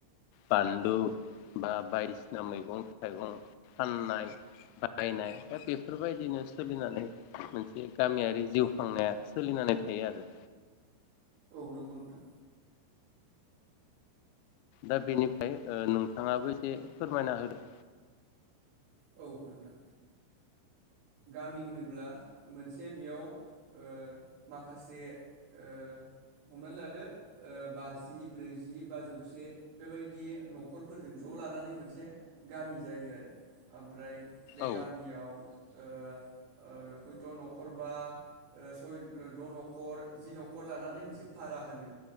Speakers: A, on the left; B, on the right.
A: बानलु बा बायदिसिना मैगं थाइगं फाननाय बायनाय दा बेफोरबायदिनो सोलिनानै मोनसे गामियारि जिउ खांनाया सोलिनानै थायो आरो।
B: औ नंगौ नोंथां।
A: दा बेनिफ्राय ओ नोंथाङाबो एसे फोरमायना होदो।
B: औ नोंथां, गामि होनोब्ला मोनसे बेयाव ओ माखासे ओ हमनानै लादो ओ बाजि ब्रैजि बा जौसे बेबायदि न'खरफोरजों ज' लानानै मोनसे गामि जायो आरो। ओमफ्राय बे
A: औ
B: गामियाव ओ ओ हयथ' न'खरबा ओ सय द' न'खर जि न'खर लानानै मोनसे भारा होनो